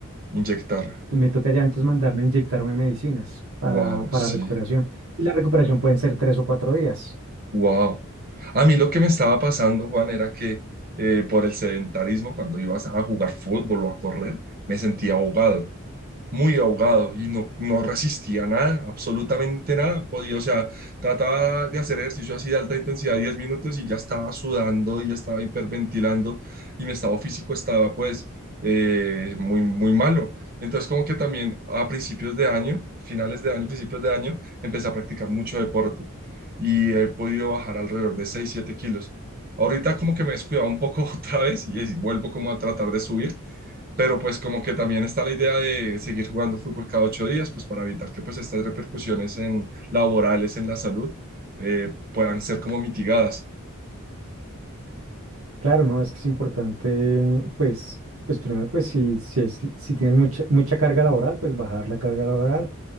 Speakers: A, on the right (about 45°); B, on the right (about 75°).
A: inyectar.
B: me toca ya entonces mandarme a inyectarme medicinas para,
A: Wow,
B: para
A: sí.
B: recuperación. Y la recuperación pueden ser tres o cuatro días.
A: Wow. A mí lo que me estaba pasando, Juan, era que eh, por el sedentarismo, cuando ibas a jugar fútbol o a correr, me sentía ahogado muy ahogado y no, no resistía nada, absolutamente nada. Podía, o sea, trataba de hacer ejercicio así de alta intensidad 10 minutos y ya estaba sudando y ya estaba hiperventilando y mi estado físico estaba pues eh, muy, muy malo. Entonces como que también a principios de año, finales de año, principios de año, empecé a practicar mucho deporte y he podido bajar alrededor de 6 7 kilos. Ahorita como que me he descuidado un poco <laughs> otra vez y es- vuelvo como a tratar de subir, pero pues como que también está la idea de seguir jugando fútbol cada ocho días, pues para evitar que pues estas repercusiones en, laborales en la salud eh, puedan ser como mitigadas.
B: Claro, ¿no? Es que es importante, pues, pues primero, pues si, si, es, si tienes mucha, mucha carga laboral, pues bajar la carga laboral